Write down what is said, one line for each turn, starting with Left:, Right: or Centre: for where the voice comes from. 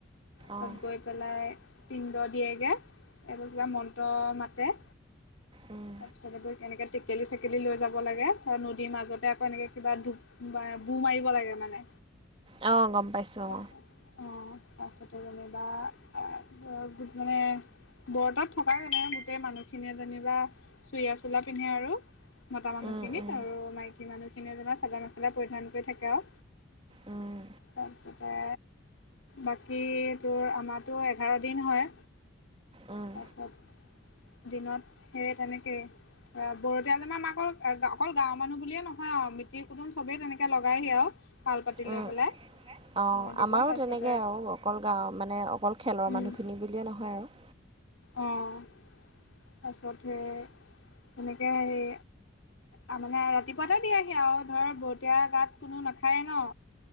Left: গৈ
Right: অঁ
Left: গৈ পেলাই পিণ্ড দিয়েগে তাতো কিবা মন্ত্ৰ মাতে।
Right: উম।
Left: তাৰ পিছত কেনেকে টেকেলি চেকেলি লৈ যাব লাগে ত নদীৰ মাজতে আকৌ এনেকে কিবা ধূপ বা বু মাৰিব লাগে মানে
Right: অঁ গম পাইছোঁ
Left: অঁ পাছতে যেনিবা অ আ মানে বৰতাত থকা জনে গোটেই মানুহখিনিয়ে যেনিবা চুৰিয়া, চোলা পিন্ধে আৰু মতা মানুহখিনি
Right: অঁ উম
Left: আৰু মাইকী মানুহ খিনিয়ে যেনিবা চাদৰ-মেখেলা পৰিধান কৰি থাকে আঔ।
Right: উম উম
Left: তাৰপিছতে বাকী তুৰ আমাতো এঘাৰ দিন হয়।
Right: উম
Left: তাছত, দিনত- সেই তেনেকেই। বৰতীয়া যে মা-মাকৰ অকল গাঁৱৰ মানুহ বুলিয়ে নহয় আঔ মিতিৰ কুটুম চবেই তেনেকে লগাইহি আঔ। পাল-পাতি
Right: উম
Left: লৈ পেলাই।
Right: অঁ
Left: কোনে দিব
Right: আমাৰো
Left: তাৰপিছতে
Right: তেনেকে আৰু অকল গাঁৱৰ মানে অকল খেলৰ
Left: উম
Right: মানুহখিনি বুলিয়ে নহয় আও।
Left: অঁ, তাছত সেই তেনেকে হেৰি আউ মানে ৰাতিপুৱাতে দিয়েহি আঔ ধৰ বৰতিয়া গাত কোনো নাখায়ে ন'।